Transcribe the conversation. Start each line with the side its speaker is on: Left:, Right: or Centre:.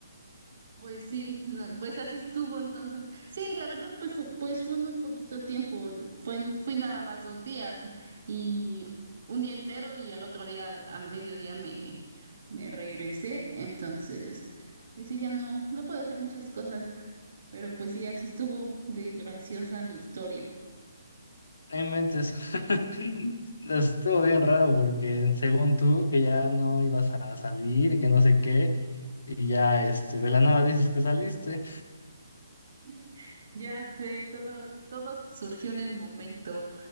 Right: Pues sí, no, pues así estuvo entonces. Sí, la verdad, pues, fu- pues fue muy poquito tiempo, fue, en- fui nada más dos días y un día entero y al otro día al- a mediodía me, me regresé, entonces, pues sí, ya no, no puedo hacer muchas cosas, pero pues sí, así estuvo de graciosa mi historia.
Left: No inventes. <laughs> Estuvo bien raro porque según tú que ya no ibas a salir y que no sé qué, y ya este, de la nada dices que saliste,
Right: <laughs> Ya sé, todo, todo surgió en el momento,